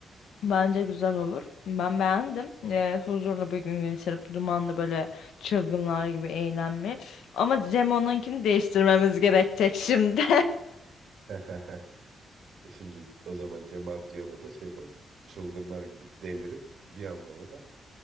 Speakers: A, on the left; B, on the right.
A: Bence güzel olur. Ben beğendim. Ee, huzurlu bir gün geçirip dumanlı böyle çılgınlar gibi eğlenme. Ama Cem onunkini değiştirmemiz gerekecek şimdi.
B: <laughs> Şimdi o zaman Cem Adrian'a da şey yapalım. Çılgınlar gibi delirip bir anda orada